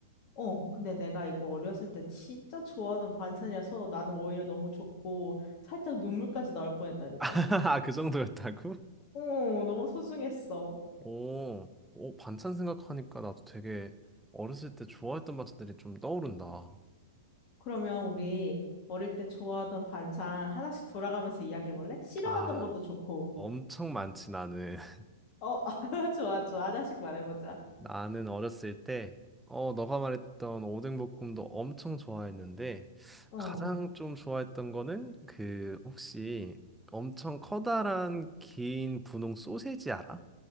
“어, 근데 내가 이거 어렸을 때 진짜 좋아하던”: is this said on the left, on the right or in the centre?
Left